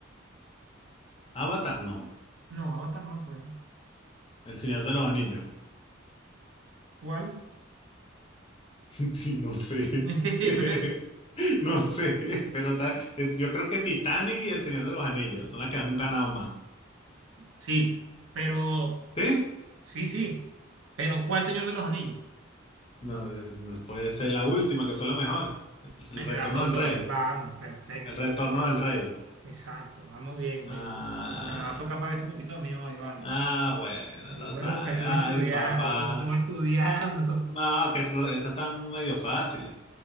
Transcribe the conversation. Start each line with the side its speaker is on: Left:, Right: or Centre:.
Left: Avatar no.
Right: No, Avatar no fue.
Left: El Señor de los Anillos.
Right: ¿Cuál?
Left: <laughs> Y No sé.
Right: <laughs>
Left: <laughs> No sé, pero ta- eh, yo creo que Titanic y El Señor de los Anillos son las que han ganado más.
Right: Sí, pero
Left: ¿Sí?
Right: sí, sí. Pero ¿cuál Señor de los Anillos?
Left: No, eh, no puede ser la última, que fue la mejor. El
Right: El
Left: retorno
Right: de las dos
Left: del
Right: torres.
Left: rey.
Right: Vamos, perfecto.
Left: El retorno del rey.
Right: Exacto, vamos bien, coño.
Left: Ah,
Right: Como que me va a tocar pagar ese pepito mío hoy, vale.
Left: ah, bueno,
Right: El
Left: tú
Right: hombre
Left: sabes.
Right: como que estuvo
Left: Ay,
Right: estudiando,
Left: papá.
Right: estuvo, estuvo estudiando. <laughs>
Left: No, que eso- eso tan medio fáciles.